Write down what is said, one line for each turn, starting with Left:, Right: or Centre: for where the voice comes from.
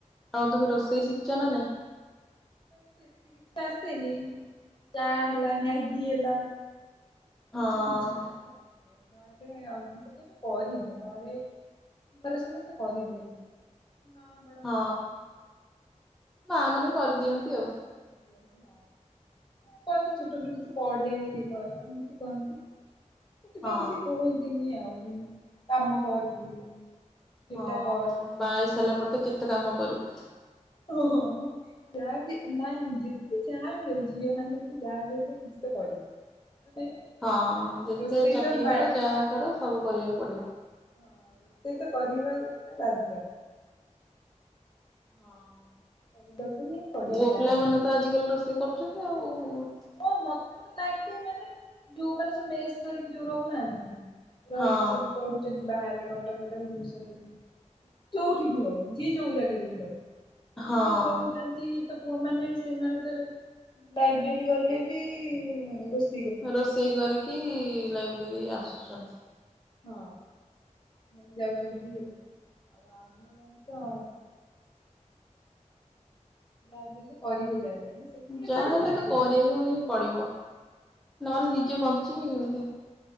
Centre: ଆଉ ତମେ ରୋଷେଇ ଶିଖିଚ ନା ନାଇଁ?
Left: ମତେ ଏତେ କିଛି ଆସେନି। ଚା ହେଲା ମ୍ୟାଗି ହେଲା
Centre: ହଁ
Left: ଏମିତି କିଛି କିଛି ଆସେ। ନହେଲେ ଅଧିକ କେବେ କରିନି, ଘରେ ଘରେ ସମସ୍ତେ କରିଦିଅନ୍ତି। ବଡ
Centre: ହଁ।
Left: ମାମା
Centre: ମା ମାନେ କରିଦିଅନ୍ତି ଆଉ।
Left: କରିଦିଅନ୍ତି ଆଉ। କହନ୍ତି ଛୋଟ ପିଲା ଟେ ତୁ ପଢେ ଇଏ କର ଏମିତି କହନ୍ତି। ସେଥିପାଇଁ
Centre: ହଁ
Left: କିଛି କୁହନ୍ତିନି ଆଉ କାମ କର ବୋଲି। ଏଟା
Centre: ହଁଅଅ
Left: କର ସେଟା
Centre: ବାହା ହେଇ ସାରିଲା ପରେ ତ କେତେ କାମ କରିବୁ।
Left: ଓହୋଃ ହୋ ଯାହା ବି ନାଇଁ ଯେ ସେ ଯାହା ବି ହେଉ ଝିଅମାନେ ତ ଯାହା ବି ହେଲେ କିଛି ତ କରିବ ମାନେ
Centre: ହଁଅ ଯେତେ
Left: ରୋଷେଇ
Centre: ଚାକିରୀ
Left: ତ ମା
Centre: କର ଯାହା କର ସବୁ କରିବାକୁ ପଡିବ।
Left: ହଁଅଅ ରୋଷେଇ ତ କରିବାକୁ ପୁରା ବାଧ୍ୟ।
Centre: ହଁଅଅ
Left: କରିବାକୁ ହିଁ ପଡିବ
Centre: ପୁଅପିଲାମାନେ
Left: ଯାହାବି ହେଲେ।
Centre: ତ ଆଜିକାଲି ରୋଷେଇ କରୁଛନ୍ତି ଆଉ।
Left: ହଁ ମତେ ତ ଲାଗେ ମାନେ ଯୋଉମାନେ ସବୁ ମେସ୍ କରିକି ଯୋଉ ରହୁନାହାନ୍ତି‌ ରହିକି
Centre: ହଁ
Left: ସବୁ ପଢୁଛନ୍ତି ବାହାରେ କଟକ ହେଲା ଭୁବନେଶ୍ଵର ହେଲା। ଯୋଉଠି ବି ହଉ ଯିଏ ଯୋଉ ଜାଗାରେ ବି ହଉ‌। ଯୋଉଠି
Centre: ହଁ
Left: ସବୁ ରହୁଛନ୍ତି ତ ପୁଅମାନେ ବି ସେମାନେ ତାର <unintelligible> ଯୋଉ ଗଲେ ବି-ଇ-ଇ ରୋଷ୍
Centre: ରୋଷେଇ କରିକି-ଇ-ଇ ଲାଇବ୍ରେରୀ ଆସୁଛନ୍ତି।
Left: ହଁ, ମାନେ ଯାଉଛନ୍ତି ଏ ହେଉଛନ୍ତି, ଆଉ ଆମେମାନେ ତ ଯାହା ବି ହେଲେ କରିବ ଯାହା ବି ହେଲେ। ସେମିତି
Centre: ଯାହାହେଲେ
Left: ଏବେଠୁ କରିନି
Centre: ତ କରିବାକୁ
Left: ଆଉ
Centre: ହିଁ ପଡ଼ିବ ନହେଲେ ନିଜେ ବଞ୍ଚିବି କେମିତି।